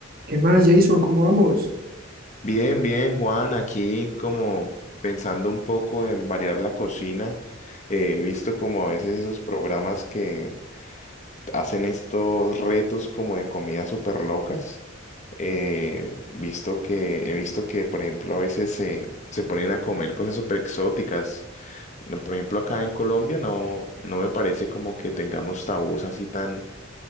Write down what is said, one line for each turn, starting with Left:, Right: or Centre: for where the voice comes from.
Right: ¿Qué más, Jason? ¿Cómo vamos?
Left: Bien, bien, Juan, aquí como pensando un poco en variar la cocina, eh, he visto como a veces esos programas que hacen estos retos como de comidas súper locas. eh, visto que, he visto que, por ejemplo, a veces se, se ponen a comer cosas súper exóticas. Por ejemplo, acá en Colombia no, no me parece como que tengamos tabús así tan,